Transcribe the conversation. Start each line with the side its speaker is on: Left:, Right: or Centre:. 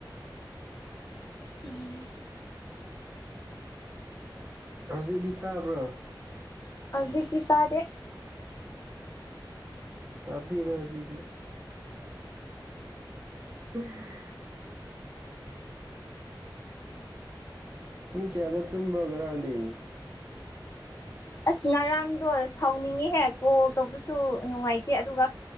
Left: ꯎꯝ
Right: ꯍꯧꯖꯤꯛꯗꯤ ꯇꯥꯕ꯭ꯔꯣ
Left: ꯍꯧꯖꯤꯛꯇꯤ ꯇꯥꯗꯦ
Right: ꯇꯥꯕꯤꯔꯦ ꯍꯧꯖꯤꯛꯇꯤ <unintelligible> ꯄꯨꯡ ꯀꯌꯥꯗ ꯇꯨꯝꯕ꯭ꯔꯣ ꯉꯔꯥꯡꯗꯤ
Left: ꯑꯁ ꯉꯔꯥꯡꯗꯣ ꯁꯥꯎꯅꯤꯡꯉꯤꯍꯦꯛ ꯀꯣꯜ ꯇꯧꯕꯁꯨ ꯅꯨꯡꯉꯥꯏꯇꯦ ꯑꯗꯨꯒ